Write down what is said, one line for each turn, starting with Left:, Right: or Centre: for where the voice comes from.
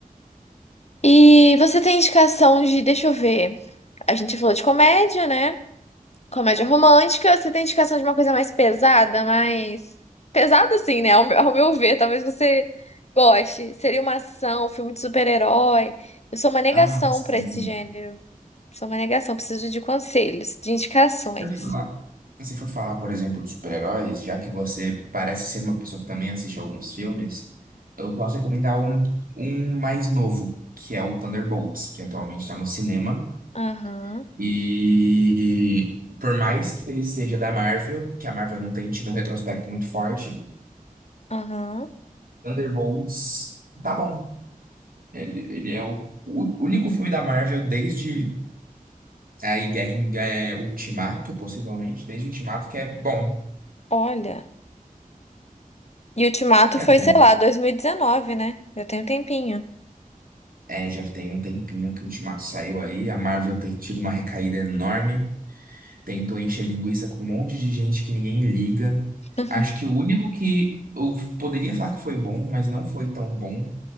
Left: E você tem indicação de, deixa eu ver. A gente falou de comédia, né? Comédia romântica, você tem indicação de uma coisa mais pesada, mais. Pesada, assim, né? Ao meu, ao meu ver, talvez você goste. Seria uma ação, um filme de super-herói. Eu sou uma negação
Right: ah, sim.
Left: pra esse gênero. Sou uma negação, preciso de conselhos, de indicações.
Right: Se for falar, se for falar, por exemplo, de super-heróis, já que você parece ser uma pessoa que também assiste alguns filmes, eu posso recomendar um, um mais novo, que é o Thunderbolts, que atualmente está no cinema.
Left: Aham,
Right: E por mais que ele seja da Marvel, que a Marvel não tem tido um retrospecto muito forte,
Left: aham.
Right: Thunderbolts tá bom. Ele, ele é o, o único filme da Marvel desde é, aí Guerra em- é, Ultimato, possivelmente, desde Ultimato, que é bom.
Left: Olha. E Ultimato
Right: Quer
Left: foi,
Right: dizer.
Left: sei lá, 2019, né? Já tem um tempinho.
Right: É, já tem um tempinho que o Ultimato saiu aí. A Marvel tem tido uma recaída enorme. Tentou encher linguiça com um monte de gente que ninguém liga.
Left: <laughs>
Right: Acho que o único que eu poderia falar que foi bom, mas não foi tão bom,